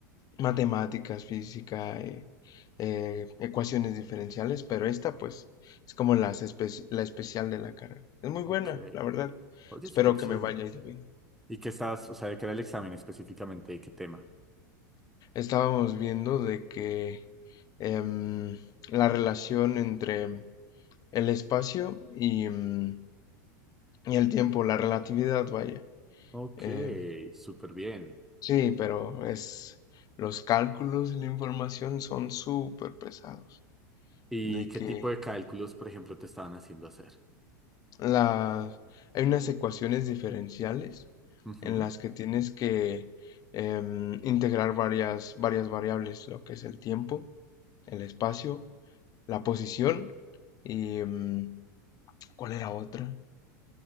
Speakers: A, on the left (about 40°); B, in the centre.
A: matemáticas, física, eh, eh, ecuaciones diferenciales, pero esta pues es como las espe- la especial de la carrera. Es muy
B: ok.
A: buena, la verdad.
B: Oye,
A: Espero
B: súper chévere.
A: que me vaya yendo bien.
B: ¿Y qué estás, o sea, de qué era el examen específicamente? ¿De qué tema?
A: Estábamos viendo de que em, la relación entre el espacio y, em, y el tiempo, la relatividad, vaya.
B: Ok,
A: Em,
B: súper bien.
A: sí, pero es los cálculos y la información son súper pesados.
B: ¿Y
A: De
B: qué
A: que
B: tipo de cálculos, por ejemplo, te estaban haciendo hacer?
A: Las, hay unas ecuaciones diferenciales
B: Ujú.
A: en las que tienes que em, integrar varias, varias variables, lo que es el tiempo, el espacio, la posición y... em, ¿cuál era otra?